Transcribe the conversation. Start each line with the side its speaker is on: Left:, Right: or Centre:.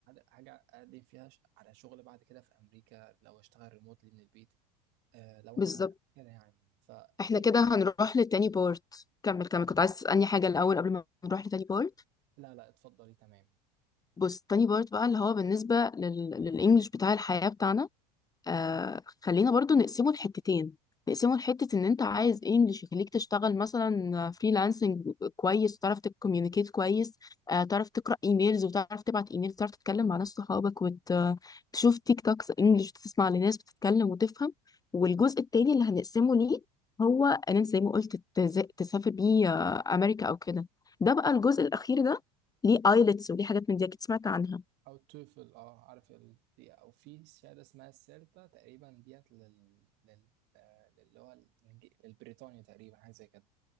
Right: حاجه أقدم فيها ش- على شغل بعد كده في امريكا لو اشتغل ريموتلي من البيت آه لو
Left: بالظبط
Right: انا كده يعني فايه
Left: احنا كده هنروح للتاني بارت كمل كمل كنت عايز تسألني حاجة الأول قبل ما نروح لتاني بارت
Right: لا لا اتفضلي تمام
Left: بص تاني بارت بقى اللي هو بالنسبة لل... للإنجليش بتاع الحياة بتاعنا آه خلينا برضو نقسمه لحتتين نقسمه لحتة ان انت عايز انجلش يخليك تشتغل مثلا فريلانسنج كويس تعرف تكوميونيكيت كويس آه تعرف تقرأ ايميلز وتعرف تبعت ايميل تعرف تتكلم مع ناس صحابك وتشوف تيك توكس انجلش وتسمع لناس بتتكلم وتفهم والجزء التاني اللي هنقسمه ليه هو ان انت زي ما قلت تز- تسافر بيه آه، امريكا او كده ده بقى الجزء الاخير ده ليه ايلتس وليه حاجات من دي اكيد سمعت عنها
Right: او التوفل اه عارف ال... دي او في شهاده اسمها السيلتا تقريبا ديت لل لل آه، اللي هو الإنج- للبريطانيا تقريبا حاجه زي كده